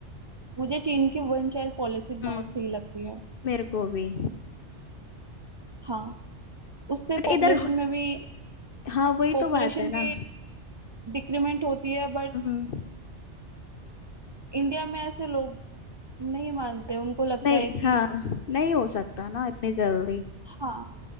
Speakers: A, on the right; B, on the left.
A: मुझे चीन की वन चाइल्ड पॉलिसी बहुत
B: हम्म
A: सही लगती है
B: मेरे को भी
A: हाँ उससे
B: बट इधर
A: पॉपुलेशन में भी
B: हाँ वही
A: पॉपुलेशन
B: तो बात है ना
A: भी डिक्रीमेंट होती है बट
B: हम्म
A: इंडिया में ऐसे लोग नहीं मानते उनको लगता
B: नहीं
A: है कि
B: हाँ नहीं हो सकता ना इतनी जल्दी
A: हाँ